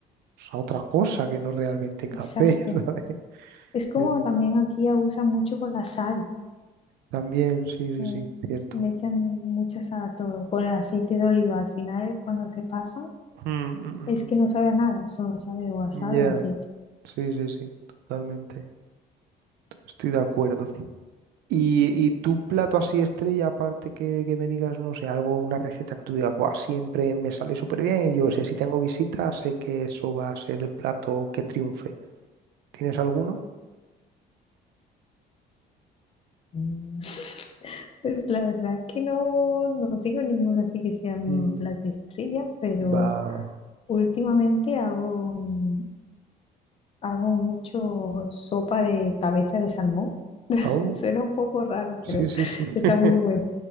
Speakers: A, on the right (about 75°); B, on the left (about 35°).
A: pues, a otra cosa que no es realmente café,
B: exacto.
A: <laughs> ¿sabes?
B: Es como
A: Eso es.
B: también aquí abusan mucho con la sal,
A: También, sí, sí,
B: ¿sabes?
A: sí, cierto.
B: Le echan mucha sal a todo, con el aceite de oliva. Al final, cuando se pasan,
A: Mm, mm,
B: es
A: mm,
B: que no sabe a nada, solo sabe o a
A: mm.
B: sal
A: Ya,
B: o a aceite.
A: Sí, sí, sí, totalmente. Estoy de acuerdo. ¿Y, y tu plato así estrella, aparte que, que me digas, no sé, algo, una receta que tú digas, "Buah, siempre me sale súper bien y yo sé, si tengo visitas, sé que eso va a ser el plato que triunfe. ¿Tienes alguno?
B: Mm, Pues la verdad es que no, no tengo ninguno así que sea mi
A: Mm,
B: plato estrella, pero
A: va. va.
B: últimamente hago, mm, hago mucho sopa de cabeza de salmón. <laughs>
A: Oh,
B: Suena un poco raro,
A: sí,
B: pero
A: sí,
B: <laughs>
A: sí. <laughs>
B: está muy bueno.